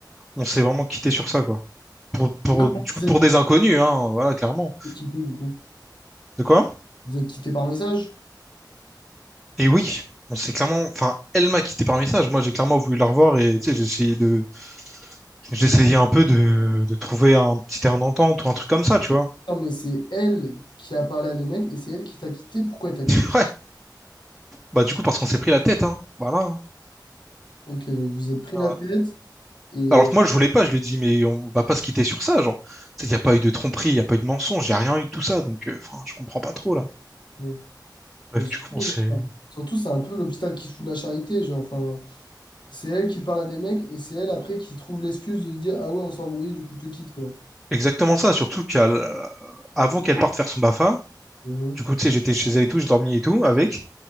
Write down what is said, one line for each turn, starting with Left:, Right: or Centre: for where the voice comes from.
Centre: On s'est vraiment quitté sur ça, quoi. Pour, pour,
Left: Et comment
Centre: du coup,
Left: vous
Centre: pour
Left: êtes
Centre: des inconnus, hein, voilà, clairement.
Left: vous êtes quitté, du coup?
Centre: De quoi?
Left: Vous êtes quitté par message?
Centre: Et oui, on s'est clairement. Enfin, elle m'a quitté par message. Moi, j'ai clairement voulu la revoir et tu sais, j'ai essayé de. J'essayais un peu de... de trouver un petit terrain d'entente ou un truc comme ça, tu vois.
Left: Non, mais c'est elle qui a parlé à des mecs et c'est elle qui t'a quitté. Pourquoi elle t'a quitté?
Centre: <laughs> Ouais. Bah, du coup, parce qu'on s'est pris la tête, hein. Voilà.
Left: Ok, donc vous êtes pris la
Centre: Euh,
Left: tête et.
Centre: Alors que moi, je voulais pas, je lui ai dit, mais on va pas se quitter sur ça, genre. Tu sais, il n'y a pas eu de tromperie, il n'y a pas eu de mensonge, il n'y a rien eu de tout ça, donc euh, enfin, je comprends pas trop, là.
Left: bon.
Centre: Bref,
Left: Mais surtout,
Centre: du coup, c'est
Left: euh, surtout, c'est un peu l'hôpital qui se fout de la charité. Genre, enfin, c'est elle qui parle à des mecs et c'est elle après qui trouve l'excuse de dire Ah ouais, on s'est embrouillé, du coup, je te quitte, quoi.
Centre: exactement ça, surtout qu'avant qu'elle parte faire son BAFA,
Left: Mhm.
Centre: Du coup, tu sais, j'étais chez elle et tout, j'ai dormi et tout avec.